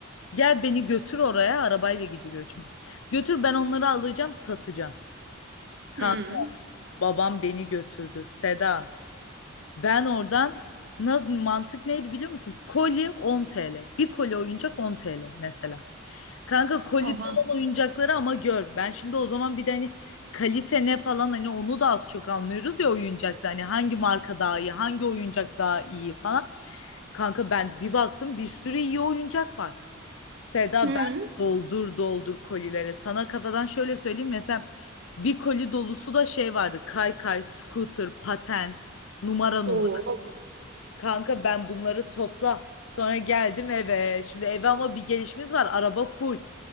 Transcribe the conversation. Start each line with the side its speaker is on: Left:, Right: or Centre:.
Left: Gel beni götür oraya arabayla gidiliyor çünkü. Götür ben onları alacağım satacağım. Kanka
Right: hı.
Left: babam beni götürdü Seda. Ben oradan na- mantık neydi biliyor musun? Koli 10 TL. Bir koli oyuncak 10 TL mesela. Kanka kolide
Right: Oha.
Left: olan oyuncakları ama gör. Ben şimdi o zaman bir de hani kalite ne falan hani onu da az çok anlıyoruz ya oyuncakta. Hani hangi marka daha iyi, hangi oyuncak daha iyi falan. Kanka ben bir baktım bir sürü iyi oyuncak var. Seda
Right: Hı.
Left: ben doldur doldur kolilere. Sana kafadan şöyle söyleyeyim. Mesela bir koli dolusu da şey vardı. Kaykay, scooter, paten, numara numara.
Right: Oo.
Left: Kanka ben bunları topla. Sonra geldim eve. Şimdi eve ama bir gelişimiz var. Araba full